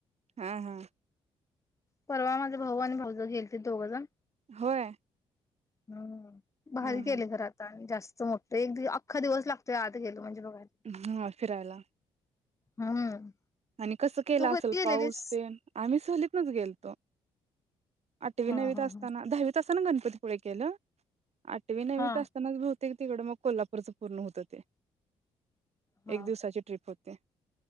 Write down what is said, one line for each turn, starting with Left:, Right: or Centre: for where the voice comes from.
Right: हा हा.
Left: परवा माझे भाऊ आणि भाऊज गेलतील दोघं जण
Right: होय.
Left: हम बाहेर
Right: हा हा
Left: गेले घर आता आणि जास्त मो एकखा दिवस लातोय आता खेल म्हणजे बघायला
Right: हम फिरायला.
Left: हम्म
Right: आणि कसं केलं
Left: तू
Right: असेल
Left: कधी गेलेलीस
Right: पाऊस ते आम्ही सहलीतनच गेल तो. आठवी
Left: हा
Right: नवीत
Left: हा
Right: असताना
Left: हा
Right: दहावी तस ना गणपतीपुळे केलं. आठवी नववीत
Left: हा
Right: असतानाच भत प्रत्येक तिकड मग कोल्हापूरचं पूर्ण होतं ते.
Left: हा
Right: एक दिवसाची ट्रिप होती ते.